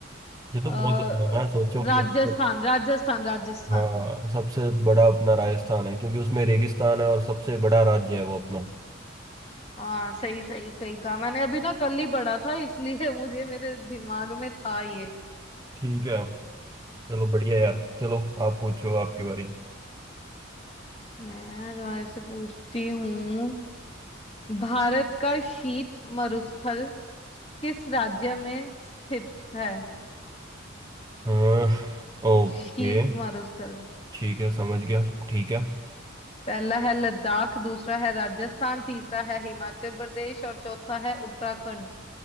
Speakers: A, on the right; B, on the left.
A: ये तो
B: अ,
A: बहुत आसान है सोचो
B: राजस्थान
A: यहाँ पर-
B: राजस्थान राजस्थान
A: हाँ सबसे बड़ा अपना राजस्थान है क्योंकि उसमें रेगिस्तान है और सबसे बड़ा राज्य है वो अपना
B: हाँ सही सही सही कहा मैंने अभी ना कल ही पढ़ा था इसलिए <laughs> मुझे मेरे दिमाग में था ये
A: ठीक है चलो बढ़िया यार चलो आप पूछो आपकी बारी
B: मैं तुम्हारे से पूछती हूँ भारत का शीत मरुस्थल किस राज्य में स्थित है
A: हाँ ओके
B: शीत मरुस्थल
A: ठीक है समझ गया ठीक है
B: पहला है लद्दाख दूसरा है राजस्थान तीसरा है हिमाचल प्रदेश और चौथा है उत्तराखंड